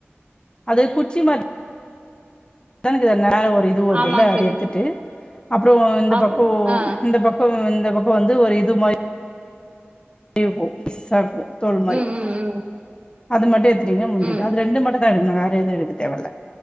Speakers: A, on the left; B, on the right.
A: அது குச்சி மா தனக் தன் மேல ஒரு இது வருதுல்ல
B: ஆமாங்க
A: அது
B: தோழி
A: எடுத்துட்டு அப்றோ இந்த
B: ஆம்
A: பக்கோ
B: ஆ
A: இந்த பக்கோ இந்த பக்கோ வந்து ஒரு இது மாரி அப்படியே இருக்கு பிஸ்சாருக்கு தோல் மாரி
B: ம் ம் ம்
A: அது மட்டு எடுத்டீங்க முடிஞ்சுது
B: ம்
A: அது ரெண்டு மட்டு தா எடுக்னு வேற வேற எது எடுக்க தேவயில்ல